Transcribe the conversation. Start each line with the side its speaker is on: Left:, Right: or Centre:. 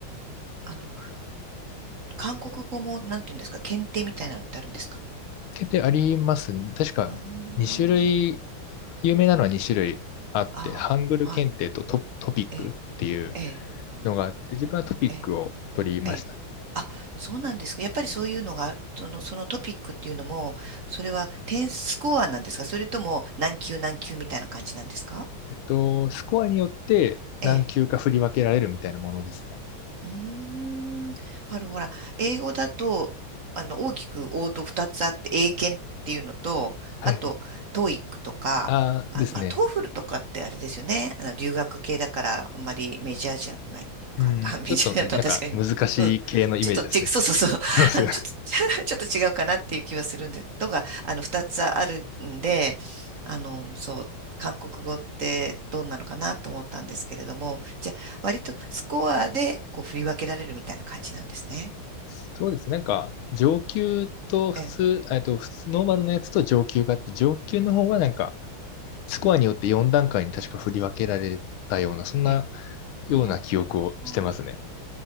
Right: あの、韓国語も、なんていうんですか、検定みたいなのってあるんですか
Left: 決定あります。確か2種類、
Right: うーん。
Left: 有名なのは2種類あって、
Right: ああ、
Left: ハングル検定とト、
Right: はい。
Left: トピックっていう
Right: ええ、ええ、
Left: のがあって、自分はトピックを取りました。
Right: ええ、ええ。あ、そうなんですか。やっぱりそういうのが、その、そのトピックっていうのも、それは点スコアなんですかそれとも何級何級みたいな感じなんですか
Left: えっと、スコアによって何級か振り分けられるみたいなものですね。
Right: ええ。うーん。あの、ほら、英語だと、あの、大きく王道2つあって、英検っていうのと、
Left: はいはい。
Right: あと、トーイックとか、
Left: あーですね。
Right: あ、まあ、トーフルとかってあれですよね。あの留学系だから、あんまりメジャーじゃないかな。
Left: うん、
Right: <laughs> メジャーなのとは確かに、
Left: ちょっとなんか難しい系のイメージですね。
Right: うん。ちょっとち、そうそうそう。<laughs>
Left: <laughs> そうですね。
Right: あの、ちょっと、<laughs> ちょっと違うかなっていう気はするんで、とが、あの、2つあるんで、あの、そう、韓国語ってどんなのかなと思ったんですけれども、じゃ割とスコアでこう振り分けられるみたいな感じなんですね。
Left: そうです。なんか、上級と普通、
Right: ええ。
Left: えっと、普通、ノーマルのやつと上級があって、上級の方はなんか、スコアによって4段階に確か振り分けられたような、そんな
Right: ええ、あ
Left: ような記憶をしてますね。
Right: あ。